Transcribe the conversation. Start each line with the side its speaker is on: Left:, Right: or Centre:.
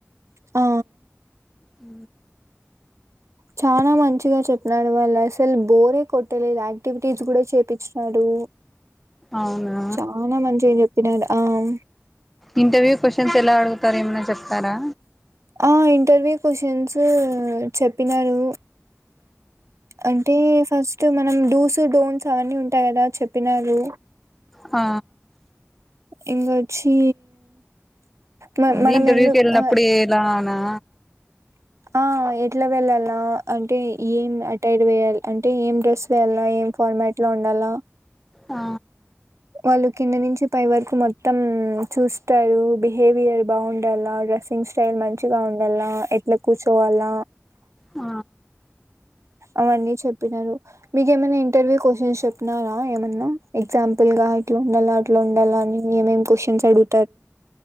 Right: ఆ
Centre: ఊ
Right: చానా మంచిగా చెప్పినారు వాళ్ళసలే బోరే కొట్టలేదు యాక్టివిటీస్ గూడా చేపిచ్చినాడు
Centre: అవునా
Right: చాలా మంచిగా చెప్పినాడు ఆం
Centre: ఇంటర్వ్యూ క్వషన్స్ ఎలా అడుగుతారు ఏమన్నా చెప్తారా
Right: ఆ ఇంటర్వ్యూ క్యూస్షన్సు చెప్పినారు అంటే ఫస్ట్ మనం డుసు డోన్స్ అవన్నీ ఉంటాయి కదా చెప్పినారు
Centre: ఆ
Right: ఇంగొచ్చి మ
Centre: అది
Right: మనం
Centre: ఇంటర్వ్యూకి
Right: ఎందు
Centre: వెళ్ళినప్పుడు
Right: ఆ
Centre: ఎలానా
Right: ఆ ఎట్లా వెళ్ళాలా అంటే ఏం అటైర్ వేయాల్ అంటే ఏం డ్రెస్ వేయాల ఏం ఫార్మాట్ లో ఉండాల
Centre: ఆ
Right: వాళ్ళు కింద నుంచి పై వరకూ మొత్తం చూస్తారు బిహేవియర్ బావుండాల డ్రస్సింగ్ స్టైల్ మంచిగా ఉండాల ఎట్లా కూర్చోవాల
Centre: ఆ
Right: అవన్నీ చెప్పినారు మీకు ఏమన్నా ఇంటర్వ్యూ కొషన్స్ చెప్పినారా ఏమన్నా ఎగ్సాంపుల్ గా ఇంట్లుండాలా అంట్లుండాలా అని యేమేం క్వొషన్స్ అడుగు